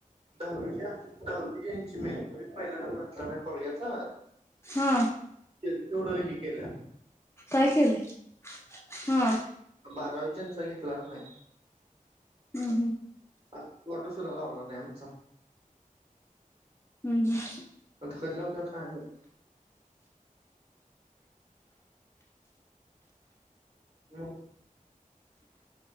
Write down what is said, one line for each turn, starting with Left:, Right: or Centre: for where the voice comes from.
Right: दहावीच्या दहावी यांची मेरीट पहिला नंबर असणार नाही पोरग्याचा
Left: हा
Right: तेवढ ही केलं..
Left: काय केलंय हं..
Right: बारावीच्यांच घेतला नाही?
Left: हम्म हम्म.
Right: आ बोर्ड सुद्धा लावला नाही आमचा....
Left: हम्म हम्म
Right: <unintelligible> काय माहीत. मोहोर